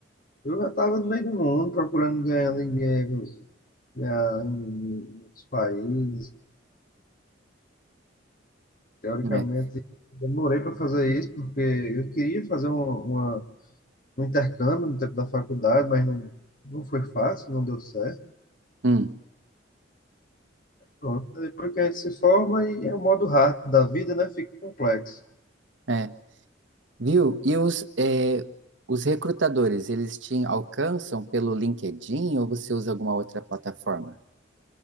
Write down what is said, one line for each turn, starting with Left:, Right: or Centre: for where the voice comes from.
Left: eu já estava no meio do mundo procurando ganhar dinheiro, ganhar em em outros países, Teoricamente,
Right: É.
Left: demorei para fazer isso porque eu queria fazer uma, uma- um intercâmbio no tempo da faculdade, mas não, não foi fácil, não deu certo.
Right: Hum,
Left: Pronto. Depois que a gente se forma e é o modo hard da vida, né? Fica complexo.
Right: é. Viu? E os, é, os recrutadores, eles te alcançam pelo LinkedIn ou você usa alguma outra plataforma?